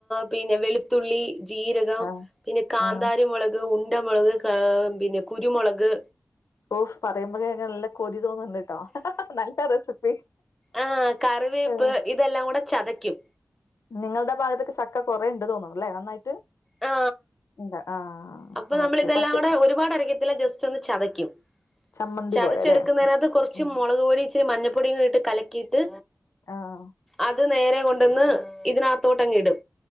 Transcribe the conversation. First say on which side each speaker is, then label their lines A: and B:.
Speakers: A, in the centre; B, on the left.
A: പിന്നെ വെളു ത്തുള്ളി ജീരകം
B: ആഹ്,
A: പിന്നെ കാന്താരി
B: ആഹ്.
A: മുളക് ഉണ്ടമുളക് കാ ആ പിന്നെ കുരുമുളക്
B: ഓഹ് പറയുമ്പോ തന്നെ നല്ല കൊ തോന്നിട്ടോ നല്ല റെസിപ്പി
A: ആഹ് കറിവേപ്പ്
B: ആഹ്.
A: ഇതെല്ലാം കൂടെ ചതക ക്കും
B: നിങ്ങളുടെ ഭാഗത്തൊക്കെ ചക്ക കുറേണ്ട് തോന്നുണു അല്ലെ നന്നായിട്ട്
A: ആ
B: ഇണ്ട്. ആഹ്,
A: അപ്പൊ നമ്മൾ
B: ഓക്കെ.
A: ഇതെല്ലാം
B: പച്ച
A: കൂടെ ഒരുപാട് അരക്കത്തില്ല ജസ്റ്റ് ഒന്ന് ചതയ്ക്കും
B: ചമ്മന്തി
A: ചതച്ചെടുക്കുന്നതിനതിനകത്ത്
B: പോലെ ല്ലേ?
A: കുറച്ച്
B: ഉം.
A: മുളക് പൊടീ ഇച്ചിരി മഞ്ഞ പൊടികൾ ഇട്ട് കലക്കീട്ട് ത്
B: ആഹ്.
A: അത് നേരെ കൊണ്ടുവന്ന് ഇതിനകത്തോട്ട് അങ് ഇടും